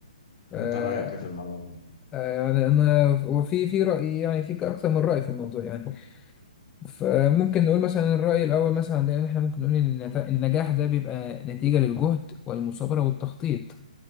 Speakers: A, on the left; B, on the left.
A: ف
B: أنت
A: آه،
B: رأيك إيه في الموضوع ده
A: يعني انا وفي في راي يعني في اكثر من راي في الموضوع يعني فممكن نقول مثلا الراي الاول مثلا عندنا احنا ممكن نقول ان النت- النجاح ده بيبقى نتيجه للجهد والمثابره والتخطيط